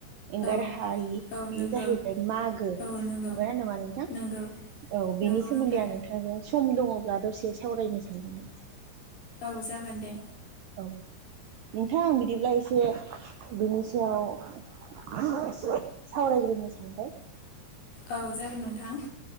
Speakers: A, on the right (about 75°); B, on the left (about 60°).
A: एंगार
B: औ
A: हायि
B: औ
A: बेयो
B: नंगौ
A: जाहैबाय मागो नंगौना
B: औ नंगौ
A: नङा नोंथां?
B: नंगौ
A: औ बिनि
B: नंगौ
A: सोमोन्दै
B: नोंथां
A: आं नोंथांजों सम दङब्ला दसे सावरायनो सानदोंमोन।
B: औ जागोन दे।
A: औ नोंथां बिदिब्ला एसे बिनि सायाव सावरायग्रोनो सानबाय
B: औ जागोन नोंथां।